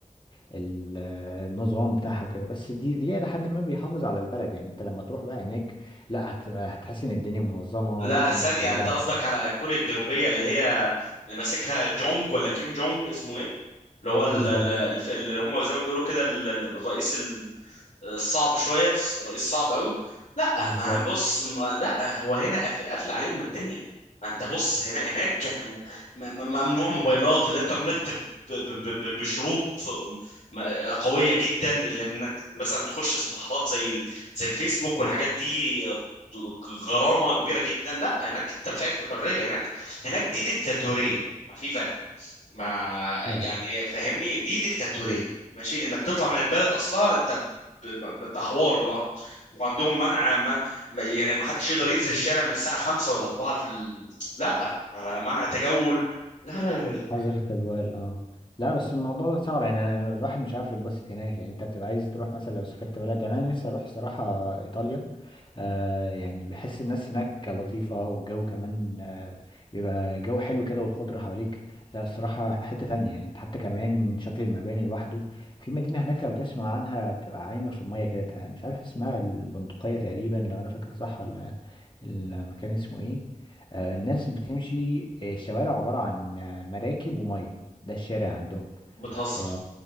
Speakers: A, on the left (about 35°); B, on the left (about 60°).
A: ال- النظام بتاعها وكده بس دي دي لحد ما بيحافظ على البلد يعني انت لما تروح بقى هناك لا هتبقى هتحس ان الدنيا منظمة
B: لا
A: ممكن
B: ثانيه
A: الشوارع
B: انت قصدك على كوريا الجنوبيه اللي هي اللي ماسكها جونج ولا كيم جونج اسمه ايه اللي هو ال-
A: بالظبط
B: ال- الف- اللي هم زي ما بيقولوا كده ال- ال- الرئيس صعب شويه رئيس صعب قوي لا
A: بالظبط
B: ما بص ما لا هو هنا قاف- قافل عليهم الدنيا ما انت بص هنا هناك كان الم- م- م- ممنوع موبايلات الانترنت ب- ب- ب- ب- بشروط م- قويه جدا اللي انك مثلا تخش صفحات زي ال- زي الفيسبوك والحاجات دي غرامه كبيره جدا لا هناك انت مش عايش بحريه هناك هناك دي ديكتاتوريه ما في فرق ما
A: اه
B: يعني فاهمني دي ديكتاتورية ماشي انك تطلع من البلد اصلها انت ب... ب... ب- ده حوار لوحده وعندهم منع ما... ما يعني ما حدش يقدر ينزل الشارع من الساعة خمسة ولا أربعة في ال... لا آه، منع تجول لا لا لا لا.
A: نظرة الأجواء اه لا بس الموضوع ده صعب يعني أنا الواحد مش عارف يتبسط هناك يعني انت بتبقى عايز تروح مثلا لو سافرت بلد يعني انا نفسي اروح صراحة ايطاليا آه يعني بحس الناس هناك لطيفة والجو كمان آه بيبقى جو حلو كده والخضرة حواليك لا الصراحة حتة تانية يعني انت حتى كمان شكل المباني لوحده في مدينة هناك لو تسمع عنها بتبقى عايمة في المية كده مش عارف اسمها البندقية تقريبا لو انا فاكر صح ولا المكان اسمه ايه آه، الناس بتمشي آه، الشوارع عبارة عن آه، مراكب ومية ده الشارع عندهم
B: بتهزر
A: ف